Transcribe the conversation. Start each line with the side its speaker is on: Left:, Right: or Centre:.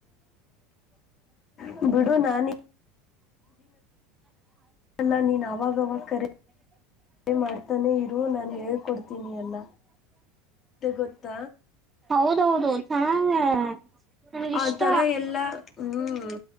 Left: ಹ್ಮ ಬಿಡು ನಾನಿ ಲ್ಲಾ ನೀನ್ ಅವಾಗವಾಗ ಕರೆ ಅೇ ಮಾಡ್ತಾನೆ ಇರು ನಾನನ್ ಹೇಕೊಡ್ತೀನಿ ಅಲ್ಲ ಗೊ ಕುತ್ತ
Right: ಹೌದ ಹೌದು ಚೆನ್ನಾಗ ನನಗಿಷ್ಟ
Left: ಆ ತರ ಎಲ್ಲ ಹ್ಮ್